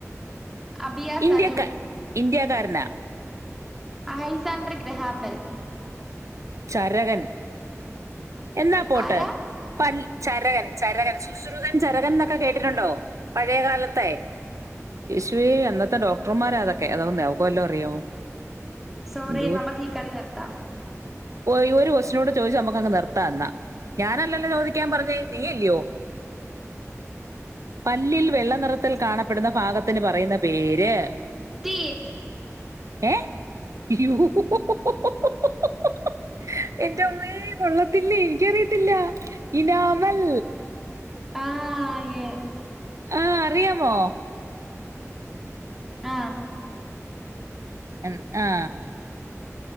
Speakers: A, in the centre; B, on the right (about 70°).
A: അബിയ
B: ഇന്ത്യക്ക
A: സജു
B: ഇന്ത്യക്കാരനാ
A: അയ്യ് സാൻഡ്രിക് ഗ്രഹാമ്പൽ
B: ചരകൻ എന്നാ പോട്ടെ
A: ആരാ
B: പൽ ചരകൻ ചരകൻ ശുശ്രുതൻ ചരകൻ എന്നൊക്കെ കേട്ടിട്ടുണ്ടോ? പഴയകാലത്തെ യേശുവേ അന്നത്തെ ഡോക്ടർമാര് അതൊക്കെ അവൾക്ക് വല്ലതു അറിയാവോ
A: സോറി
B: എന്തോ
A: നമുക്ക് ഈ കളി നിർത്താം
B: ഈ ഒരു കൊസ്റ്റിനോട് ചോദിച്ചു നമ്മുക്കങ്ങ്നിർത്താംന്നാ ഞാനല്ലല്ലോ ചോദിക്കാൻ പറഞ്ഞേ നീയല്ലിയോ? പല്ലിൽ വെള്ള നിറത്തിൽ കാണപ്പെടുന്ന ഭാഗത്തിന് പറയുന്ന പേര്?
A: ടീത്
B: എ ഇയ്യോ ഒ ഒ ഓ ഹു ഹു എന്റെ അമ്മേ കൊള്ളത്തില്ലെ എനിക്ക് അറിയില്ലേ ഇനാമൽ
A: ആ യെസ്
B: ആ അറിയാമോ?
A: ആ
B: എന്ന് ആ